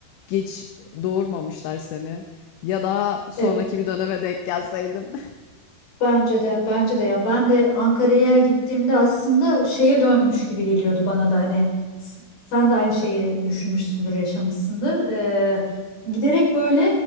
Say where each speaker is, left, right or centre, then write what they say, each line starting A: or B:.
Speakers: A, on the left; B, on the left.
A: geç doğurmamışlar seni. Ya daha sonraki
B: Evet.
A: bir döneme denk gelseydin. <laughs>
B: Bence de, bence de ya ben de Ankara'ya gittiğimde aslında şeye dönmüş gibi geliyordu bana da hani s- sen de aynı şeyi düşünmüşsündür, yaşamışsındır. Ee, giderek böyle